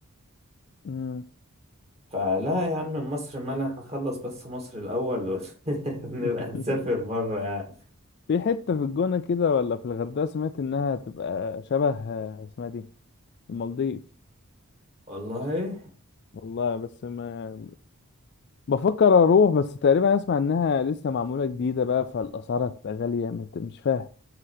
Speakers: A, on the left; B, on the right.
A: مم.
B: فلا يا عم مصر مالها احنا نخلص بس مصر الأول و- <laughs> نبقى
A: <laughs>
B: نسافر بره يعني
A: في حتة في الجونة كده ولا في الغردقة سمعت إنها تبقى شبه آه، اسمها دي المالديف
B: والله
A: والله بس ما بفكر أروح بس تقريبا أسمع إنها لسه معمولة جديدة بقى فالأسعار هتبقى غالية مت- مش فاهم